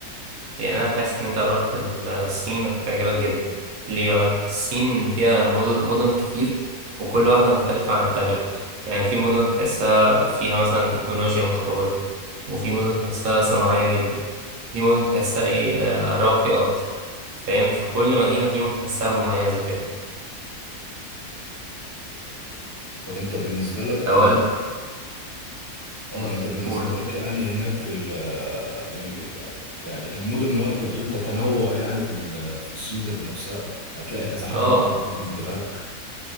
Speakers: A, on the right (about 70°); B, on the left (about 25°).
A: يعني أنا حاسس إن أنت لو رحت الصين هتعجبك جدا ليه بقى؟ الصين فيها مدن مدن كتير وكل واحدة مختلفة عن التانية يعني في مدن تحسها فيها مثلا تكنولوجيا متطورة وفي مدن تحسها صناعية جدا وفي مدن تحسها إيه آه، راقية أكتر فاهم فكل مدينة فيهم تحسها مميزة كده
B: طب انت بالنسبه لك
A: طب أقول
B: اه انت بالنسبه
A: قولوا
B: لك يعني هناك ال ال يعني المدن اللي هو انت بتقول تتنوع يعني في ال- في الصين ذات نفسها هتلاقي كذا حاجه
A: آه
B: ممكن بتشد انتباهك